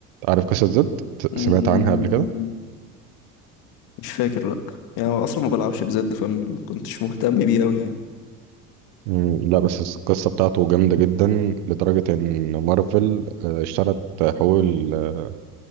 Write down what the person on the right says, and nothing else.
عارف قصة زد
سمعت عنها قبل كده
مم، لا بس القصة بتاعته جامدة جدا لدرجة إن مارفل آه، اشترت حقوق ال-